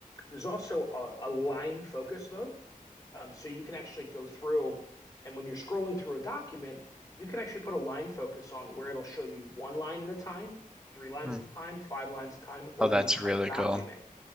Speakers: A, on the left; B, in the centre.
A: there's also a, a line focus mode um, so you can actually go through and when you're scrolling through a document you can actually put a line focus on where it'll show you one line at a time three lines
B: Hmm.
A: at a time five lines at a time or
B: Oh,
A: the
B: that's
A: entire
B: really
A: document
B: cool.